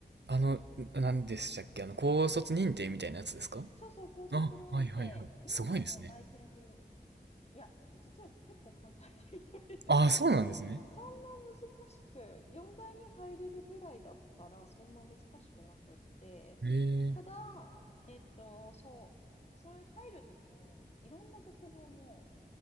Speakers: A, on the right (about 85°); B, on the left (about 40°).
A: あの、ななんでしたっけあの、高卒認定みたいなやつですか
B: そうそう高卒認定今ではもう大研っていう
A: あ、はいはいはい。すごいですね。
B: いや実は結構簡単に取れる <laughs>
A: ああ、そうなんですね。
B: そん、そんな難しく4大に入れるぐらいだったらそんな難しくなくってただえっとそうそれ入る時にいろんな学部をも
A: えー、